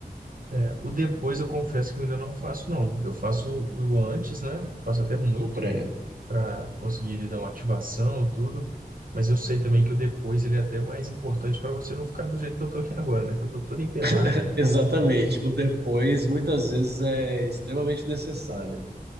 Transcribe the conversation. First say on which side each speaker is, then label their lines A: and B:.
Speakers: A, on the right; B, on the right.
A: é, o depois eu confesso que eu ainda não faço, não. Eu faço o antes, né? Faço até muito
B: O pré.
A: para conseguir ele dar uma ativação, tudo. Mas eu sei também que o depois ele é até mais importante para você não ficar do jeito que eu tô aqui agora, né? Que eu tô todo empenado.
B: <laughs> Exatamente. O depois muitas vezes é extremamente necessário.